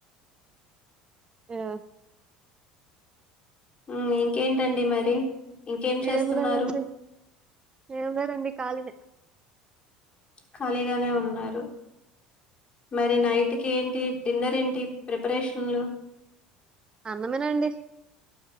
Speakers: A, on the right; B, on the left.
A: య
B: ఉ ఇంకేంటండి మరి ఇంకేం చేస్తున్నారు
A: ఏం లేదండి ఏం లేదండి కాలినే
B: ఖాళీగానే ఉన్నారు మరి నైట్కి ఏంటి డిన్నర్ ఏంటి ప్రిపరేషన్లు
A: అన్నమే నండి